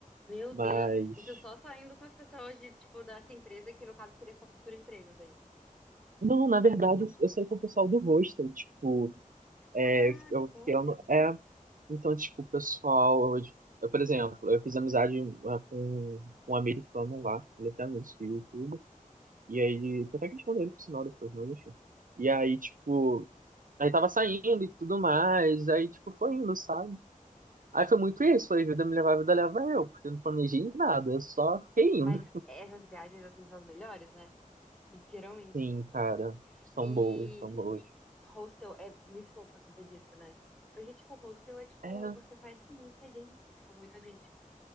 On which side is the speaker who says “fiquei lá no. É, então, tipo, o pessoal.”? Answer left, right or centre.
Right